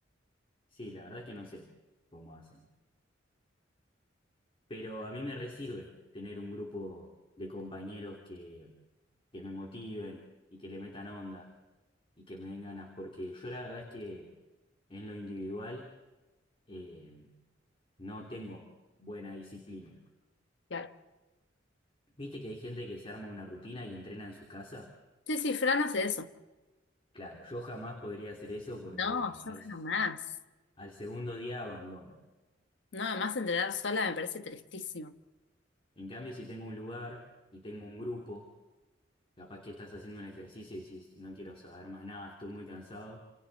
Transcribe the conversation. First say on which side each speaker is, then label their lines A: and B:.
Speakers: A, on the left; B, on the left.
A: Sí, la verdad es que no sé cómo hacen. Pero a mí me resirve tener un grupo de compañeros que, que me motiven y que le metan onda y que me den ganas, porque yo la verdad es que en lo individual eh, no tengo buena disciplina.
B: Claro.
A: ¿Viste que hay gente que se arma una rutina y entrena en su casa?
B: Sí, sí, Fran hace eso.
A: Claro, yo jamás podría hacer eso porque
B: No,
A: al,
B: yo
A: se-
B: jamás.
A: al segundo día abandono.
B: No, además entrenar sola me parece tristísimo.
A: En cambio, si tengo un lugar y tengo un grupo, Capaz que estás haciendo un ejercicio y decís, no quiero saber más nada, estoy muy cansado